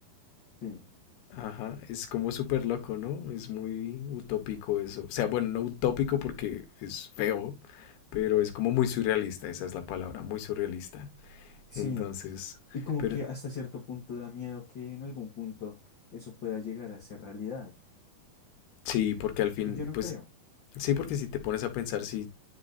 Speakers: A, on the left; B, on the left.
A: Sí,
B: Ajá, es como súper loco, ¿no? Es muy utópico eso. O sea, bueno, no utópico porque es feo, pero es como muy surrealista, esa es la palabra, muy surrealista.
A: sí.
B: Entonces,
A: Y como
B: pero
A: que hasta cierto punto da miedo que en algún punto eso pueda llegar a ser realidad,
B: sí, porque al fin,
A: que yo no
B: pues
A: creo.
B: sí, porque si te pones a pensar, si